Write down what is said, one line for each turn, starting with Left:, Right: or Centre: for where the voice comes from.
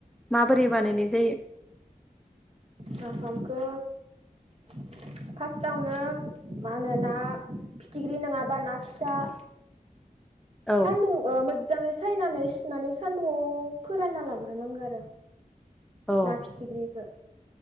Centre: माबोरै बानायनाय जायो।
Right: नाफामखौ फार्स्टआवनो मा होनो ना फिथिख्रि नङाबा ना फिसाल
Centre: औ
Right: सानदुं मोजाङै सायनानै सुनानै सान्दुंङाव फोरानना लाग्रोनांगौ आरो
Centre: औ
Right: ना फिथिग्रिखौ।